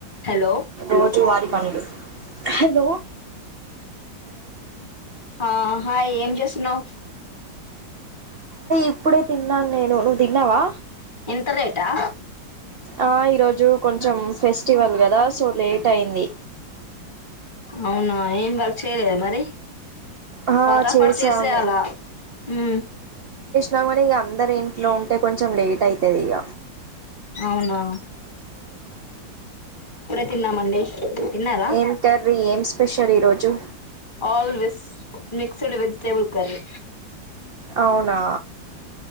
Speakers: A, on the left; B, on the right.
A: Hello
B: రోజు వారి పనులు, హలో
A: ఆ హాయ్ ఏం చేస్తున్నావు
B: ఇప్పుడే తిన్నాను నేను నువ్వు తిన్నావా.
A: ఇంత లేటా.
B: ఆ ఈరోజు. కొంచెం ఫెస్టివల్గా. దా సో లేట్ అయింది
A: అవునా ఏం వర్క్ చేయలేద మరి
B: ఆ
A: ఫటాఫట్
B: చేసాము
A: చేసేయలా ఉమ్
B: నము ఇగ అందరు ఇంట్లో ఉంటే కొంచెం లేట్ అయితది ఇగ
A: అవునా తిన్నామండి తిన్నారా
B: ఏం కర్రీ ఏం స్పెషల్ ఈరోజు
A: ఆల్ విస్ మిక్ సుడు వెజిటేబుల్ కర్రీ
B: అవునా